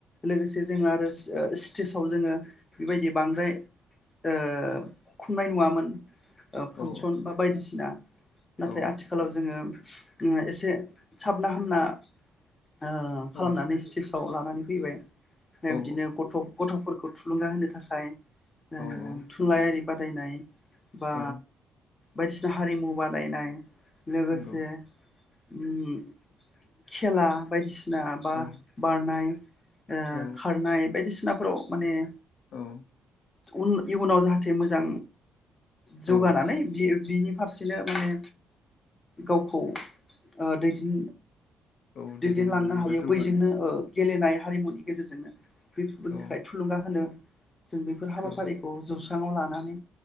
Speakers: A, on the left (about 25°); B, on the left (about 70°).
A: लोगोसे जों आरो ओ स्टेजाव जोङो बेबायदि बांद्राय ओ <unintelligible> ओ फानसन
B: औ
A: बा बायदिसिना नाथाय
B: औ
A: आथिखालाव जोङो <unintelligible> एसे साबना हामना ओ खालामनानै
B: औ
A: स्तेस <unintelligible> लानानै फैबाय
B: औ
A: <unintelligible> बिदिनो गथ' गथ'फोरखौ थुलुंगा होनो थाखाय ओ
B: औ औ
A: थुनलाइआरि बादायनाय बा
B: औ
A: बायदिसिना हारिमु बादायनाय लोगोसे
B: नंगौ
A: ओम खेला बायदिसि <unintelligible> बा
B: औ
A: बारनाय ओ
B: औ
A: खारनाय बायदिसिनाफोराव माने
B: औ
A: उन इयुनाव जाहाथे मोजां जौगानानै
B: औ
A: बियो बिनि फारसेनो माने गावखौ ओ दैदेन
B: औ
A: दैदेनलांनो
B: एबा
A: हायो
B: जौगानो
A: बैजोंनो ओ गेलेनाय हारिमुनि गेजेरजोंनो <unintelligible>
B: औ
A: थाखाय थुलुंगा होनो <unintelligible> हाबाफारिखौ
B: औ
A: <unintelligible> <unintelligible> लानानै